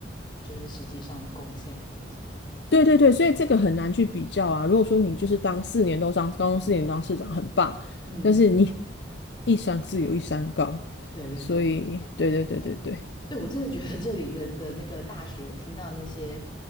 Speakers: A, on the left; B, on the left.
A: 就是实际上的贡献，我想，
B: 对对对，所以这个很难去比较啊。
A: 嗯
B: 如果说你就是当四年都当高中四年当市长很棒，
A: 嗯，
B: 但是你 <laughs> 一山自有一山高，
A: 对对对，
B: 所以对对对对对，
A: 我对对，我真的觉得这里的的那个大学，我听到那些